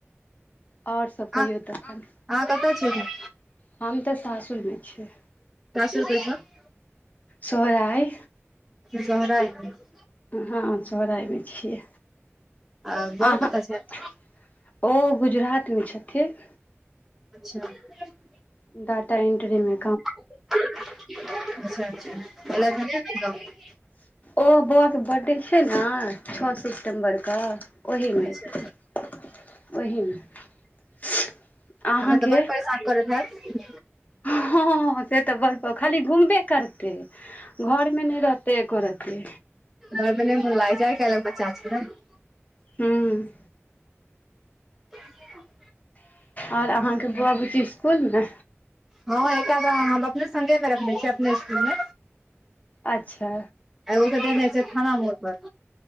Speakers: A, on the left; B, in the centre.
A: आओर सब
B: अहाँ
A: कहियौ तखन
B: अहाँ कतऽ छियै अखन
A: हम तऽ सासुर मे छीयै
B: <unintelligible>
A: सोहरा अए
B: <unintelligible>
A: हँ सोहराय होइ छियै
B: आ बर
A: <unintelligible>
B: कतऽ छथि
A: ओ गुजरात में छथिन
B: अच्छा <unintelligible>
A: डाटा एन्ट्री में
B: <unintelligible> अच्छा अच्छा एलैथ ह ने एखन गांव
A: ओ बौआ कऽ बर्थडे छै न छओ स सितम्बर कऽ ओहिमे
B: अच्छा
A: एथिन <inaudible> ओहिमे <unintelligible>
B: अखन
A: अहाँ केँ
B: <unintelligible>
A: <unintelligible> हँ से तऽ बड़ प खाली घुमबे करते घर मे नै रह -- ते एको रत्ती
B: घर में नै मोन लागे छै आई कैलहैक बच्चा छियै न
A: हूँ
B: <unintelligible>
A: और अहाँ कऽ बुआ बुची इसकुल में
B: हँ एकटा कऽ हम अपने संगे में रखने छियै अपने इसकुल में
A: अच्छा
B: एगो केँ देनै छयै थाना मोड़ पर